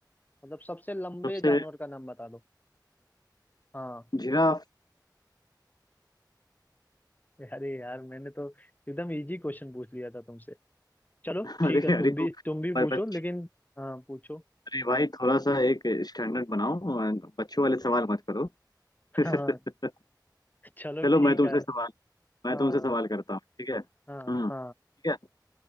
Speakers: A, on the left; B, on the left.
A: मतलब सबसे लंबे
B: सबसे
A: जानवर का नाम बता दो हाँ
B: जिराफ
A: अरे यार मैंने तो एकदम इजी क्वेश्चन पूछ लिया था तुमसे चलो
B: <laughs>
A: ठीक
B: अरे
A: है
B: अरे
A: तुम भी
B: तो
A: तुम भी
B: पर
A: पूछो
B: बच
A: लेकिन हाँ पूछो
B: अरे भाई थोड़ा सा एक स्टैंडर्ड बनाओ और बच्चों वाले सवाल मत करो <laughs>
A: हाँ चलो
B: चलो
A: ठीक
B: मैं तुमसे
A: है
B: सवाल मैं
A: हाँ
B: तुमसे सवाल करता हूँ ठीक है
A: हाँ
B: हम्म ठीक
A: हाँ
B: है